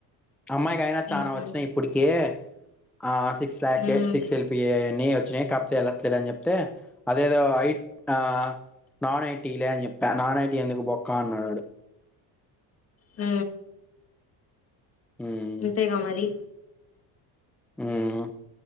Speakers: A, in the centre; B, on the left.
A: అమ్మాయికి అయినా చానా
B: ఉహూ
A: వచ్చినయి ఇప్పటికే. ఆ సిక్స్ ల్యాక్కే
B: హ్మ్
A: సిక్స్ ఎల్పిఎ అని వచ్చి నయి కప్తే ఎళ్ళట్లేదు అని చెప్తే, అదేదో ఐ ఆ నాన్ ఐటిలే అని చెప్పా. నాన్ ఐటీ ఎందుకులే బొక్కా అన్నాడు ఆడు.
B: హ్
A: మ్మ్
B: అంతేగా మరి.
A: హ్